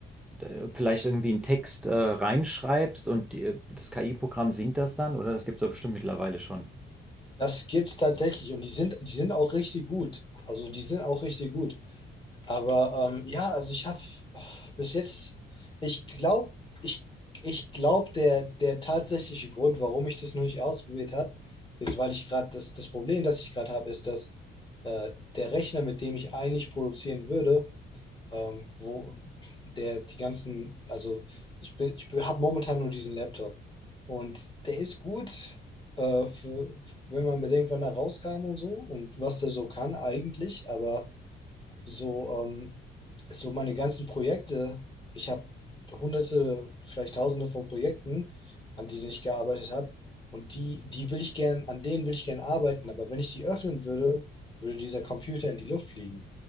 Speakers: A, in the centre; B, on the left.
A: d- vielleicht irgendwie einen Text äh, reinschreibst und die, äh, das KI-Programm singt das dann, oder? Das gibt's doch bestimmt mittlerweile schon.
B: Das gibt's tatsächlich und die sind, die sind auch richtig gut. Also die sind auch richtig gut. Aber ähm, ja, also ich habe bis jetzt, ich glaube, ich, ich glaube, der, der tatsächliche Grund, warum ich das noch nicht ausprobiert habe, ist, weil ich gerade das, das Problem, das ich gerade habe, ist, dass äh, der Rechner, mit dem ich eigentlich produzieren würde, ähm, wo der die ganzen, also ich bin, ich habe momentan nur diesen Laptop und der ist gut, äh, für, wenn man bedenkt, wann er rauskam und so und was der so kann eigentlich, aber so, ähm, so meine ganzen Projekte, ich habe hunderte, vielleicht tausende von Projekten, an denen ich gearbeitet habe. Und die, die will ich gern, an denen will ich gern arbeiten. Aber wenn ich die öffnen würde, würde dieser Computer in die Luft fliegen.